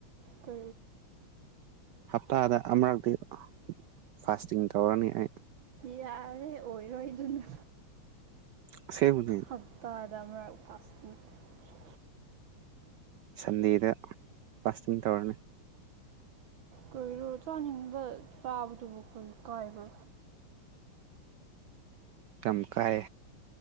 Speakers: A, on the right; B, on the right.
A: ꯀ
B: ꯍꯞꯇꯥꯗ ꯑꯃꯨꯔꯛꯇꯤ ꯐꯥꯁꯇꯤꯡ ꯇꯧꯔꯅꯤ ꯑꯩ
A: ꯌꯥꯔꯦ ꯑꯣꯏꯔꯣꯏꯗꯨꯅ
B: ꯑꯁꯦꯡꯕꯅꯤ
A: ꯍꯞꯇꯥꯗ ꯃꯔꯛ ꯐꯥꯁꯇꯤꯡ ꯁꯣ
B: ꯁꯟꯗꯦꯗ ꯐꯥꯁꯇꯤꯡ ꯇꯧꯔꯅꯤ
A: ꯀꯩꯔꯣ ꯆꯥꯅꯤꯡꯕ ꯆꯥꯕꯗꯨꯕꯨ ꯀꯔꯤ ꯀꯥꯏꯕ꯭ꯔꯥ
B: ꯆꯝꯈꯥꯏ